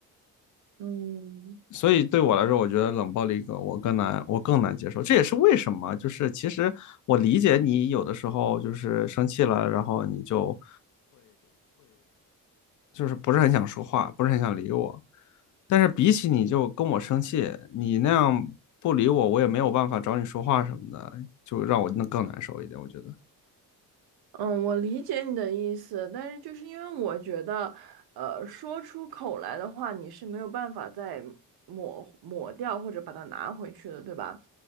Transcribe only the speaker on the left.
所以对我来说，我觉得冷暴力更我更难，我更难接受。这也是为什么，就是其实我理解你有的时候就是生气了，然后你就就是不是很想说话，不是很想理我。但是比起你就跟我生气，你那样不理我，我也没有办法找你说话什么的，就让我那更难受一点。我觉得，